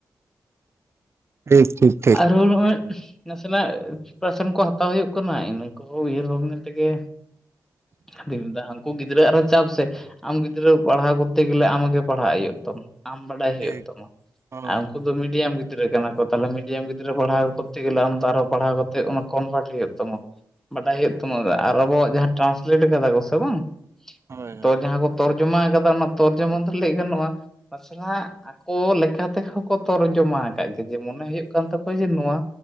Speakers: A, on the right; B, in the centre.
A: ᱴᱷᱤᱠ ᱴᱷᱤᱠ
B: ᱟᱨ ᱱᱚᱜᱼᱚᱭ ᱱᱟᱥᱮᱱᱟᱜ ᱯᱨᱤᱯᱟᱨᱮᱥᱚᱱ ᱠᱚ ᱦᱟᱛᱟᱣ ᱦᱩᱭᱩᱜ ᱠᱟᱱᱟ ᱤᱱᱟᱹ ᱠᱚᱦᱚᱸ ᱩᱭᱦᱟᱹᱨ ᱦᱚᱸ ᱵᱷᱟᱵᱽᱱᱟ ᱛᱮᱜᱮ ᱟᱫᱚᱧ ᱢᱮᱱ ᱫᱟ ᱩᱱᱠᱩ ᱜᱤᱫᱽᱨᱟᱹ ᱟᱨᱦᱚ ᱪᱟᱯ ᱥᱮ ᱟᱢ ᱜᱤᱫᱽᱨᱟᱹ ᱯᱟᱲᱦᱟᱣ ᱠᱚᱨᱛᱮ ᱜᱮᱞᱮ ᱟᱢ ᱟᱜᱮ ᱯᱟᱲᱦᱟᱜ ᱦᱩᱭᱩᱜ ᱛᱟᱢᱟ ᱟᱢ ᱵᱟᱰᱟᱭ
A: ᱴᱷᱤᱠ
B: ᱦᱩᱭᱩᱜ ᱛᱟᱢᱟ
A: ᱦᱳᱭ
B: ᱟᱨ ᱩᱱᱠᱩ ᱫᱚ ᱢᱤᱰᱤᱭᱟᱢ ᱜᱤᱫᱽᱨᱟᱹ ᱠᱟᱱᱟ ᱠᱚ ᱛᱟᱦᱚᱞᱮ ᱢᱤᱰᱤᱭᱟᱢ ᱜᱤᱫᱽᱨᱟᱹ ᱯᱟᱲᱦᱟᱣ ᱠᱚᱨᱛᱮ ᱜᱮᱞᱮ ᱟᱢᱦᱚᱸ ᱯᱟᱲᱦᱟᱣ ᱠᱟᱛᱮ ᱠᱚᱱᱵᱷᱟᱨᱴ ᱦᱩᱭᱩᱜ ᱛᱟᱢᱟ ᱵᱟᱰᱟᱭ ᱦᱩᱭᱩᱜ ᱛᱟᱢᱟ ᱟᱨ ᱟᱵᱚᱣᱟᱜ ᱡᱟᱦᱟᱸ ᱴᱨᱟᱱᱥᱞᱮᱴ ᱠᱟᱫᱟ ᱠᱚ ᱥᱮ ᱵᱟᱝ
A: ᱦᱳᱭ ᱦᱳᱭ
B: ᱛᱚ ᱡᱟᱦᱟᱸ ᱠᱚ ᱛᱚᱨᱡᱚᱢᱟ ᱟᱠᱟᱫᱟ ᱚᱱᱟ ᱛᱚᱨᱡᱚᱢᱟ ᱫᱚ ᱞᱟᱹᱭ ᱜᱟᱱᱚᱜᱼᱟ ᱱᱟᱥᱮᱱᱟᱜ ᱟᱠᱚ ᱞᱮᱠᱟ ᱛᱮᱦᱚᱸ ᱠᱚ ᱛᱚᱨᱡᱚᱢᱟ ᱟᱠᱟᱫ ᱜᱮ ᱡᱮ ᱢᱚᱱᱮ ᱦᱩᱭᱩᱜ ᱠᱟᱱᱟ ᱦᱩᱭᱩᱜ ᱠᱟᱱ ᱛᱟᱠᱚᱣᱟ ᱡᱮ ᱱᱚᱣᱟ